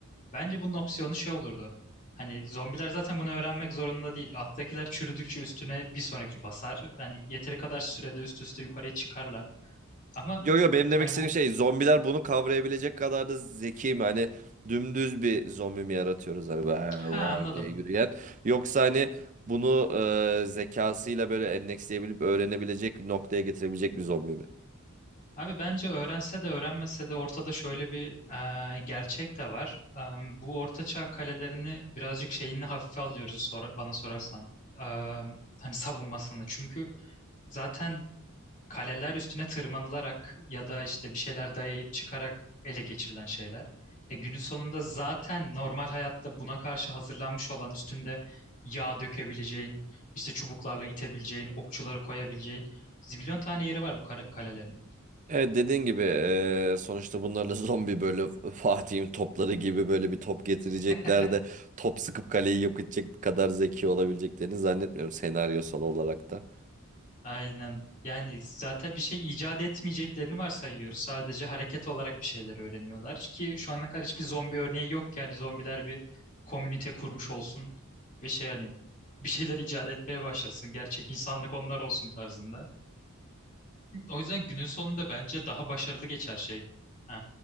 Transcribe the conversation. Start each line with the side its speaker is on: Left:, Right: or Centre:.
Left: Bence bunun opsiyonu şey olurdu. Hani zombiler zaten bunu öğrenmek zorunda değil. Alttakiler çürüdükçe üstüne bir sonraki basar. Hani yeteri kadar sürede üst üste yukarıya çıkarlar. Ama
Right: Yo yo benim demek
Left: hani
Right: istediğim
Left: bu
Right: şey zombiler bunu kavrayabilecek kadar da zeki mi? Hani dümdüz bir zombi mi yaratıyoruz hani "Vav,
Left: ha
Right: vav"
Left: anladım.
Right: diye yürüyen. Yoksa hani bunu e, zekasıyla böyle endeksleyebilip öğrenebilecek bir noktaya getirebilecek bir zombi mi?
Left: Abi bence öğrense de öğrenmese de ortada şöyle bir e, gerçek de var. E, bu ortaçağ kalelerini birazcık şeyini hafife alıyoruz sor- bana sorarsan. E, hani savunmasını. Çünkü zaten kaleler üstüne tırmanılarak ya da işte bir şeyler dayayıp çıkarak ele geçirilen şeyler. E, günün sonunda zaten normal hayatta buna karşı hazırlanmış olan üstünde yağ dökebileceğin, işte çubuklarla itebileceğin, okçuları koyabileceğin zibilyon tane yeri var bu kare- kalelerin.
Right: Evet dediğin gibi eee, sonuçta bunlarla <laughs> zombi böyle Fatih'in topları gibi böyle bir top getirecekler
Left: <laughs>
Right: de top sıkıp kaleyi yok edecek kadar zeki olabileceklerini zannetmiyorum senaryosal olarak da.
Left: Aynen. Yani zaten bir şey icat etmeyeceklerini varsayıyoruz. Sadece hareket olarak bir şeyler öğreniyorlar. Ki şu ana kadar hiçbir zombi örneği yok ki. Yani zombiler bir komünite kurmuş olsun ve şey hani bir şeyler icat etmeye başlasın. Gerçek insanlık onlar olsun tarzında. O yüzden günün sonunda bence daha başarılı geçer şey. Ee,